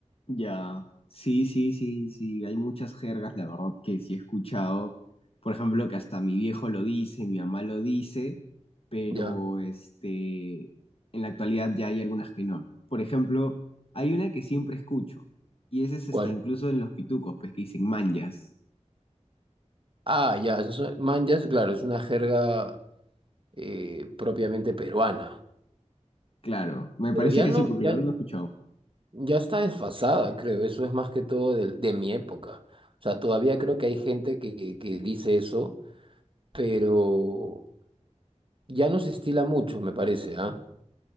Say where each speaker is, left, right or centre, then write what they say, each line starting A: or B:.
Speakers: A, on the left; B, on the right.
A: Ya, sí, sí, sí, sí, hay muchas jergas, la verdad que sí he escuchado, por ejemplo, que hasta mi viejo lo dice, mi mamá lo dice, pero
B: ¿Ya?
A: este, en la actualidad ya hay algunas que no, ¿no? Por ejemplo, hay una que siempre escucho, y esa es hasta
B: ¿Cuál?
A: incluso en los pitucos, pues que dicen manjas,
B: Ah, ya, esos son manjas, claro, es una jerga eh, propiamente peruana.
A: claro, me
B: Pero
A: parece
B: ya
A: que
B: no,
A: sí, porque
B: ya,
A: lo habrán escuchado.
B: Ya está desfasada, creo. Eso es más que todo del- de, mi época. O sea, todavía creo que hay gente que, que- que dice eso, pero ya no se estila mucho, me parece, ¿ah?